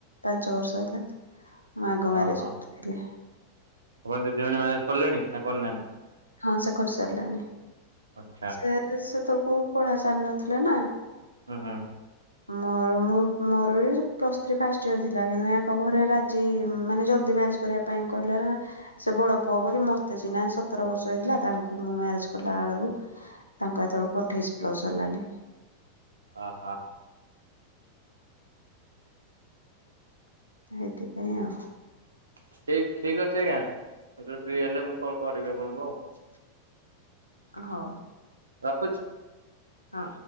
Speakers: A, on the left (about 85°); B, on the right (about 70°).
A: ପାଞ୍ଚ ବର୍ଷ ହେଲା ମୁଁ ଆଗ ମ୍ୟାରେଜ
B: ଓହୋ
A: କରିଥିଲି।
B: ଆପଣ ଦିଦି ମାନ ମ୍ୟାରେଛ କଲେଣି ନା କରିନାହାନ୍ତି?
A: ହଁ ସେ କରି ସାରିଲେଣି
B: ଆଚ୍ଛା
A: ସେ ସେତେବେଳକୁ ପଢା ସାରି ନଥିଲେ ନା
B: ହୁଁ ହୁଁ
A: ମୋର ମୁଁ ମୋର ବି ପ୍ଲସ୍ ଥ୍ରୀ ଫାଷ୍ଟ ଇୟର ଥିଲା କିନ୍ତୁ ୟାଙ୍କ ଘରେ ରାଜି ମାନେ ଜଲଦି ମ୍ୟାରେଜ କରିବା ପାଇଁ କହିଲେ ସେ ବଡ ପୁଅ ବୋଲି ମତେ ସିନା ସ ସତର ବର୍ଷ ହେଇଥିଲା ତାଙ୍କୁ ମୁଁ ମ୍ୟାରେଜ କଲା ବେଳକୁ ତାଙ୍କ ହେତଳକୁ ଅଠେଇଶ ପ୍ଲସ ହେଲାଣି।
B: ଅ ହୋ।
A: ସେଇଥିପାଇଁ ଆଉ।
B: ଠିକ, ଠିକ ଅଛି ଆଜ୍ଞା ଯେତେବେଳେ ଫ୍ରି ହେଲେ ମୁଁ କଲ କରିବି ଆପଣଙ୍କୁ ଆଉ।
A: ହଉ।
B: ରଖୁଛି।
A: ହଁ।